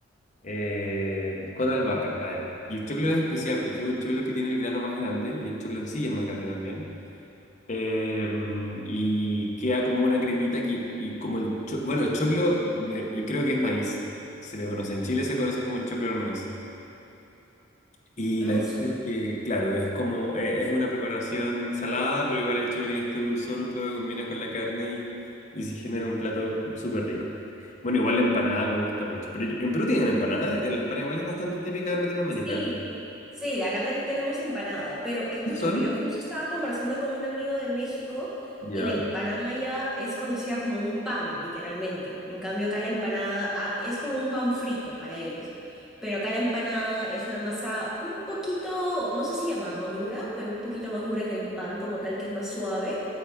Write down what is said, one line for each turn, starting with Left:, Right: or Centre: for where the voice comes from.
Left: eh, con albahaca, además. Y el choclo es especial porque es un choclo que tiene el grano más grande y el choclo en sí es más grande también. Eh, y queda como una cremita que, y como el cho- bueno, el choclo me- creo que es maíz, se le conoce. En Chile se conoce como choclo al maíz. Y
Centre: Ah,
Left: la gracia
Centre: súper.
Left: es que, claro, es como, e- es una preparación salada, pero igual el chulo tiene este dulzor un poco que combina con la carne y, y se genera un plato súper rico. Bueno, igual la empanada me gusta mucho, pero yo- en Perú tienen empanadas, eh, la empanada igual es bastante típica de Latinoamérica.
Centre: Sí, sí, acá también tenemos empanada, pero escúchame,
Left: ¿Qué son?
Centre: yo justo estaba conversando con un amigo de México
Left: Ya,
Centre: y la empanada ya es conocida como un pan, literalmente. En cambio, acá la empanada ah, es como un pan frito para ellos. Pero acá la empanada es una masa un poquito, no sé si llamarlo dura, pero un poquito más dura que el pan como tal, que es más suave.